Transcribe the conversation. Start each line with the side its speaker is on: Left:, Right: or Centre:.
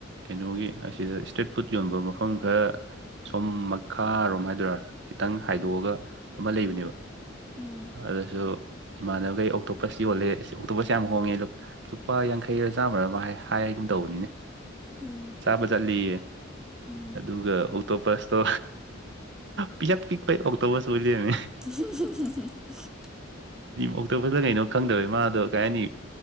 Right: ꯀꯩꯅꯣꯒꯤ ꯑꯁꯤꯗ ꯏꯁꯇ꯭ꯔꯤꯠ ꯐꯨꯗ ꯌꯣꯟꯕ ꯃꯐꯝ ꯈꯔ ꯁꯣꯝ ꯃꯈꯥꯔꯣꯝ ꯍꯥꯏꯗꯣꯏꯔꯥ ꯈꯤꯇꯪ ꯍꯥꯏꯗꯣꯛꯑꯒ ꯑꯃ ꯂꯩꯕꯅꯦꯕ
Centre: ꯎꯝ
Right: ꯑꯗꯨꯗꯁꯨ ꯏꯃꯥꯟꯅꯕꯈꯩ ꯑꯣꯛꯇꯣꯄꯁ ꯌꯣꯜꯂꯦ ꯑꯣꯛꯇꯣꯄꯁ ꯌꯥꯝ ꯍꯣꯡꯉꯦ ꯂꯨ ꯂꯨꯄꯥ ꯌꯥꯡꯈꯩꯔ ꯆꯥꯝꯃꯔ ꯑꯃ ꯍꯥꯏ ꯍꯥꯏꯒꯨꯝ ꯇꯧꯕꯅꯤꯅꯦ
Centre: ꯎꯝ
Right: ꯆꯥꯕ ꯆꯠꯂꯤꯌꯦ
Centre: ꯎꯝ
Right: ꯑꯗꯨꯒ ꯑꯣꯛꯇꯣꯄꯁꯇꯣ ꯄꯤꯁꯛ ꯄꯤꯛꯄꯤ ꯑꯣꯛꯇꯣꯄꯁ ꯑꯣꯏ ꯂꯩꯔꯝꯃꯦ
Centre: <unintelligible>
Right: ꯑꯣꯛꯇꯣꯄꯁꯂꯥ ꯀꯩꯅꯣ ꯈꯪꯗꯕꯒꯤ ꯃꯥꯗꯣ ꯀꯩ ꯍꯥꯏꯅꯤ